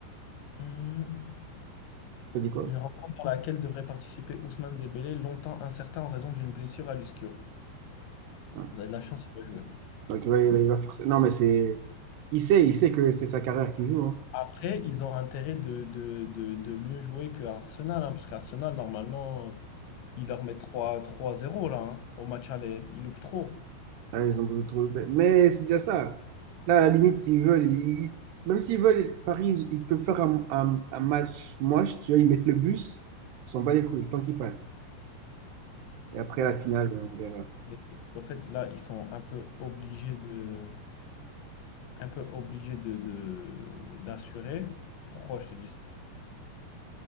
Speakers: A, on the left (about 85°); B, on the right (about 75°).
A: Hmm.
B: ça dit quoi?
A: Une rencontre dans laquelle devrait participer Ousmane Dembélé, longtemps incertain en raison d'une blessure à l'ischio.
B: Hein.
A: Vous avez de la chance, il va jouer.
B: Donc, il va, il va- il va forcer- Non, mais c'est... Il sait, il sait que c'est sa carrière qui joue. hein.
A: Après, ils ont intérêt de, de, de, de mieux jouer que Arsenal, hein, parce qu'Arsenal, normalement, ils leur mettent trois trois zéro là, hein, au match aller. Ils loupent trop.
B: Là, ils ont voulu trouver- Mais c'est déjà ça. Là, à la limite, s'ils veulent, ils- ils- même s'ils veulent, Paris, ils, ils peuvent faire un, un- un match moche. Tu vois, ils mettent le bus, ils s'en bat les couilles, tant qu'ils passent. Et après, la finale, on verra.
A: Mais au fait, là, ils sont un peu obligés de, un peu obligés de, de- d'assurer. Pourquoi je te dis ça?